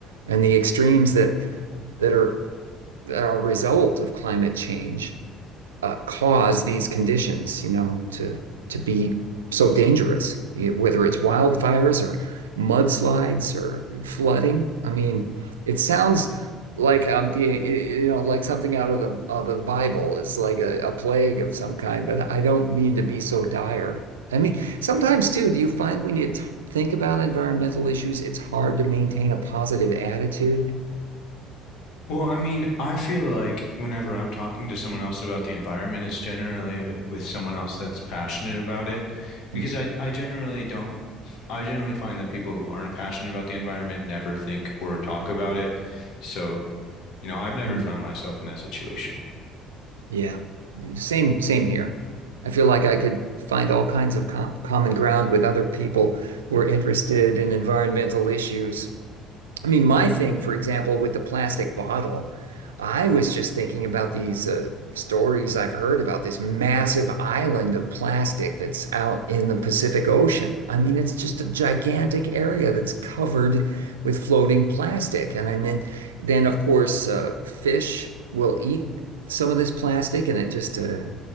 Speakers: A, on the right (about 85°); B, on the left (about 60°).
A: and the extremes that that are that are a result of climate change uh, cause these conditions, you know, to to be so dangerous, whether it's wildfires or mudslides or flooding. I mean, it sounds like um, the, you know, like something out of the of the Bible. It's like a, a plague of some kind, but I don't mean to be so dire. I mean, sometimes too, do you find when you t think about environmental issues, it's hard to maintain a positive attitude?
B: Well, I mean, I feel like whenever I'm talking to someone else about the environment, it's generally ab- with someone else that's passionate about it because
A: Mm,
B: I, I generally don't, I generally find that people who aren't passionate about the environment never think or talk about it. So, you know, I've never
A: mm.
B: found myself in that situation.
A: Yeah. Same, same here. I feel like I could find all kinds of com common ground with other people who are interested in environmental issues. I mean, my thing, for example, with the plastic bottle, I was just thinking about these uh, stories I've heard about this massive island of plastic that's out in the Pacific Ocean. I mean, it's just a gigantic area that's covered with floating plastic. And I mean, then of course, uh, fish will eat some of this plastic and it just uh,